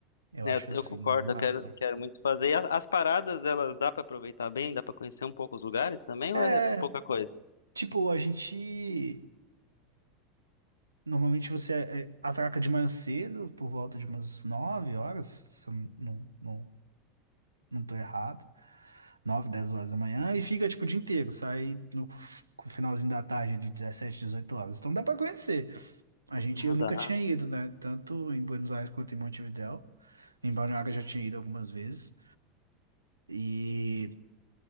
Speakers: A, on the right; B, on the left.
A: Eu
B: É,
A: acho
B: Eu, eu
A: assim,
B: concordo,
A: bem massa.
B: eu quero, quero muito fazer. E a- as, paradas, elas dá pra aproveitar bem? Dá pra conhecer um pouco os lugares também
A: É,
B: ou é pouca coisa?
A: tipo, a gente Normalmente você é, atraca de manhã cedo, por volta de umas 9 horas, se eu não, não, não tô errado. nove 10 horas da manhã, e fica tipo o dia inteiro, sai no f- finalzinho da tarde de dezessete 18 horas. Então dá pra conhecer. A gente,
B: Ah,
A: eu
B: dá.
A: nunca tinha ido, né? Tanto em Buenos Aires quanto em Montevidéu. Em Balneário eu já tinha ido algumas vezes. e